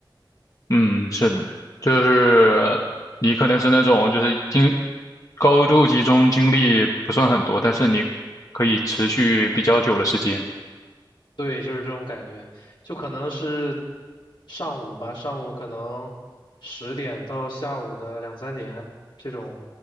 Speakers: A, on the left; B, on the left.
A: 嗯，是的，就是你可能是那种就是精高度集中精力不算很多，但是你可以持续比较久的时间。
B: 对，就是这种。就可能是上午吧，上午可能十点到下午的两三点这种，